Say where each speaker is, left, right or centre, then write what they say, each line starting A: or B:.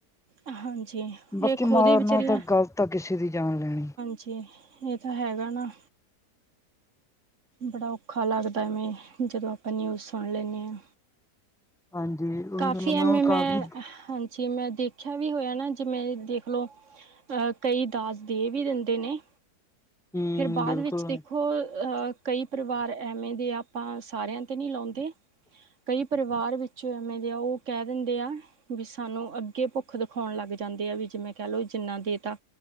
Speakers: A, on the right; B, in the centre.
A: ਹਾਂਜੀ।
B: ਬਾਕੀ
A: ਇਹ ਖੁਦ
B: ਮਾਰਨਾ
A: ਹੀ ਵਿਚਾਰੀਆਂ
B: ਤਾਂ ਗ਼ਲਤ ਆ ਕਿਸੇ ਦੀ ਜਾਨ ਲੈਣੀ।
A: ਜੀ ਇਹ ਤਾਂ ਹੈਗਾ ਨਾ। ਬੜਾ ਔਖਾ ਲੱਗਦਾ ਐਵੈ ਜਦੋਂ ਆਪਾ ਨਿਊਜ਼ ਸੁਣ ਲੈਂਨੇ ਹਾਂ।
B: ਹਾਂਜੀ। ਉਹੀ
A: ਕਾਫੀ
B: ਗੱਲ
A: ਐਵੇਂ
B: ਹੁਣ
A: ਮੈਂ
B: ਕਾਫ਼ੀ
A: ਹਾਂਜੀ ਮੈਂ ਦੇਖਿਆ ਵੀ ਹੋਇਆ ਨਾ ਜਿਵੇਂ ਦੇਖਲੋ ਅਹ ਕਈ ਦਾਜ਼ ਦੇ ਵੀ ਦਿੰਦੇ ਨੇ
B: ਹੂੰ
A: ਫਿਰ ਬਾਅਦ
B: ਬਿਲਕੁਲ।
A: ਵਿੱਚ ਦੇਖੋ ਅਹ ਕਈ ਪਰਿਵਾਰ ਐਵੇਂ ਦੇ ਆਪਾਂ ਸਾਰਿਆਂ ਤੇ ਨੀ ਲਾਉਂਦੇ ਕਈ ਪਰਿਵਾਰ ਵਿੱਚੋਂ ਮੇਰੇਆ ਉਹ ਕਹਿ ਦਿੰਦੇ ਆ। ਵੀ ਸਾਨੂੰ ਅੱਗੇ ਭੁੱਖ ਦਿਖਾਉਣ ਲੱਗ ਜਾਂਦੇ ਆ, ਵੀ ਜਿਵੇਂ ਕਹਿ ਲਓ ਜਿੰਨਾ ਦੇ ਤਾਂ